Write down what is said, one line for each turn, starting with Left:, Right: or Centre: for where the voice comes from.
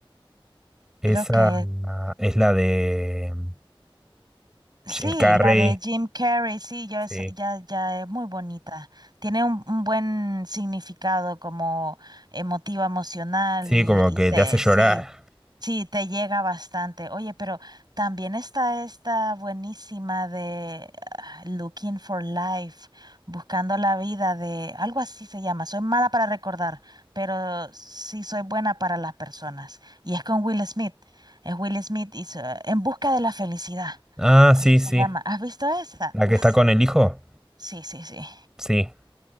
Centre: Esa
Right: Creo que
Centre: ah, es la de mm,
Right: Sí,
Centre: Jim Carrey.
Right: la de Jim Carrey, sí, ya es,
Centre: Sí.
Right: ya, ya es muy bonita. Tiene un, un buen significado como emotivo, emocional
Centre: Sí,
Right: y,
Centre: como
Right: y
Centre: que
Right: te,
Centre: te hace llorar.
Right: sí, sí, te llega bastante. Oye, pero también está esta buenísima de ah, Looking for Life, buscando la vida de, algo así se llama. Soy mala para recordar, pero sí soy buena para las personas. Y es con Will Smith. Es Will Smith y se- en busca de la felicidad.
Centre: Ah,
Right: Así
Centre: sí,
Right: se
Centre: sí.
Right: llama. ¿Has visto esa?
Centre: La
Right: Uf,
Centre: que está con el hijo.
Right: sí, sí, sí.
Centre: Sí,